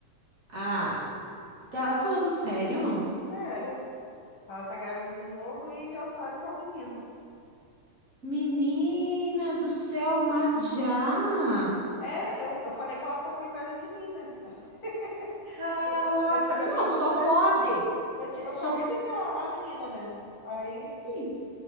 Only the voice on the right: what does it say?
Ah, tá falando sério?
Menina do céu, mas já?
Caraca,
não,
só pode.
Só
pode.